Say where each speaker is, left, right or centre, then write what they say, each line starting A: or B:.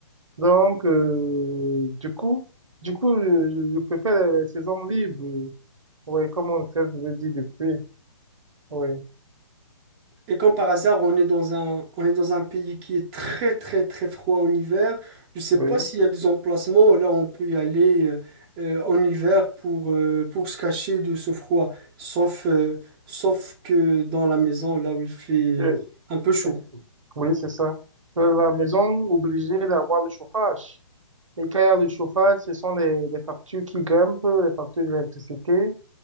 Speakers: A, on the right; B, on the right.
A: Donc, euh, du coup, du coup, je, je je préfère les, les saisons libres. Oui, comme on peut le dit depuis. Oui,
B: Et quand par hasard, on est dans un, on est dans un pays qui est très, très, très froid en hiver, je ne sais
A: oui,
B: pas s'il y a des emplacements là où on peut y aller euh, euh, en hiver pour, euh, pour se cacher de ce froid. Sauf, euh, sauf que dans la maison, là où il fait
A: Euh,
B: un peu chaud.
A: euh, oui, c'est ça. Dans La maison obligée d'avoir le chauffage. Et quand il y a le chauffage, ce sont les, les factures qui grimpent, les factures d'électricité